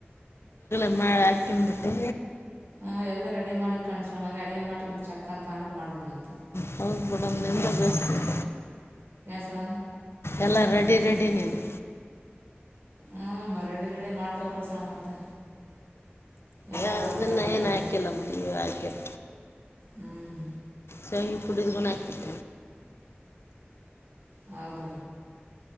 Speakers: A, on the left; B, on the right.
A: ಮಳೆ ಹಾಕನ್ ಬಿಟ್ಟೆ
B: ಹ್ ಎಲ್ಲ ರೆಡಿ ಮಾಡಿ ಕಾಣಿಸ ಮೆ ಅಡಿಯ ಮಾಡಿ ಚಕ್ ಅಂತ ಆಡ್ ಮಾಡದ್ ಮತ್ತೆ
A: ಹಳಬೇಡಮ್ ನಿಂದ ಬಳಸ್ತ
B: ಸ್ಳ
A: ಎಲ್ಲ ರೆಡಿ ರೆಡಿ ನೀನು
B: ಹ ರೆಡಿ ರೆಡಿ ಮಾಡ್ಕೊ ಕಳ್ಸೋಣ ಮತ್ತೆ ಎಲ್ಲರ
A: ಅದನ್ನು
B: ಬರ್ತಾರೆ ಹಬ್ಬದಾಗ
A: ಏನು ಹಾಕಿಲ್ಲಮ್ಮ ನೀವು ಹಾಕಿಲ್ಲ
B: ಹ್ಮ್
A: ಸ ಪಡದುಗ ಆಕತ
B: ಹೌದ